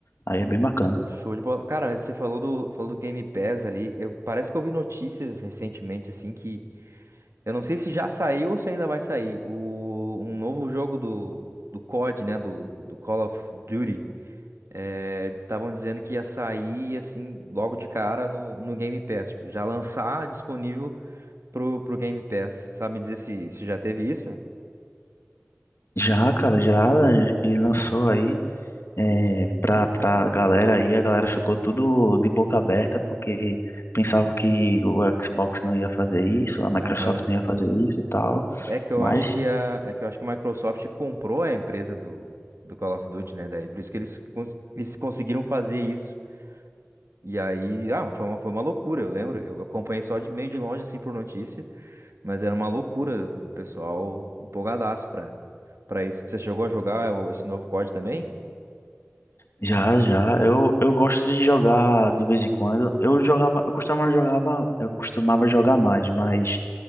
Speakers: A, on the left; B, on the right.
A: Aí é bem bacana.
B: Show de bola. Cara, você falou do, falou do Game Pass ali. Eu, parece que eu vi notícias recentemente, assim, que eu não sei se já saiu ou se ainda vai sair. O, um novo jogo do, do COD, né? Do, do Call of Duty. Estavam dizendo que ia sair, assim, logo de cara no, no Game Pass. tipo, já lançar disponível pro, pro Game Pass. Sabe me dizer se, se já teve isso?
A: Já, cara, já e lançou aí. é, pra, pra galera aí, a galera ficou tudo de boca aberta porque pensava que o Xbox não ia fazer isso, a Microsoft
B: Aham.
A: não ia fazer isso e tal,
B: É que eu
A: mas
B: acho que a, é que eu acho que a Microsoft comprou a empresa do, do Call of Duty, né? Daí, por isso que eles, cons- eles conseguiram fazer isso. E aí, ah, foi uma, foi uma loucura, eu lembro. Eu acompanhei só de meio de longe, assim, por notícia, mas era uma loucura. O pessoal empolgadaço pra, pra isso. Você chegou a jogar o- esse novo COD também?
A: já, já, eu, eu gosto de jogar de vez em quando, eu jogava, eu costumava jogava, eu costumava jogar mais, mas